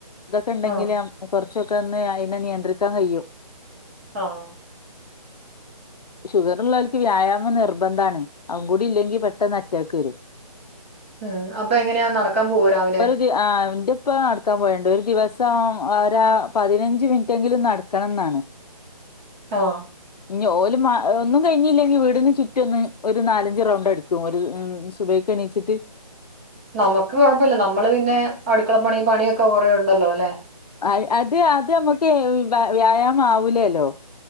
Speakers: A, on the left (about 75°); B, on the right (about 20°).
A: ഇതൊക്കെ ഉണ്ടെങ്കില
B: ആഹ്
A: നമ്മക്ക് കുറച്ച് ച്ചൊക്കെന്ന് അയിെ നിയന്ത്രിക്കാൻ കഴിയും
B: ആഹ
A: ഷുഗർ ഉള്ളോർക്ക് വ്യായാമ നിർബന്ധണ് അവുകൂടില്ലെങ്കി പെട്ടെന്ന് അറ്റാക്ക് വരും
B: ഉം അപ്പൊ എങ്ങനെയാ നടക്കാൻ പോവോ രാവിലെ?
A: ഒരു ദ ആ എതിപ്പ നടക്കാൻ പോയണ്ട് ഒരു ദിവസ ഒരു സം രാ പതിനഞ്ച് മിനിറ്റെങ്കിലും നടക്കണം എന്നാണ്
B: ആഹ
A: ഇഞ് ഓല് ഒന്നും കഴിഞ്ഞില്ലെങ്കിൽ വീടിന് ചുറ്റൊന്ന് ഒരു നാലഞ്ച് റൗണ്ട് അടക്കും ഒരു സുബഹിക് എണീച്ചിട്ട്
B: നമുക്ക് കുഴപ്പമില്ല നമ്മള് പിന്നെ അടുക്കളപ്പണി പണിയൊക്കെ കുറേ ഉണ്ടല്ലോ ല്ലെ
A: അ അത് അത് നമ്മുക്ക് വ വ്യായാമ ആവുല്ലല്ലോ